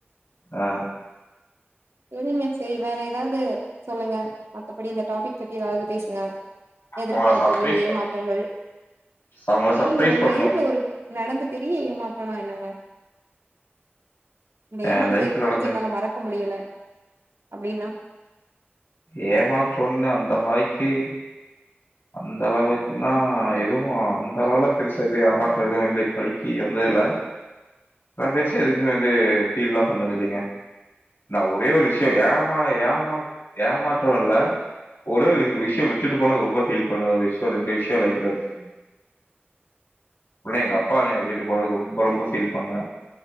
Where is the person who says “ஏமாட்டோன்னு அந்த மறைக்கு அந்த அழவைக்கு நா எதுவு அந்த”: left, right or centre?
Left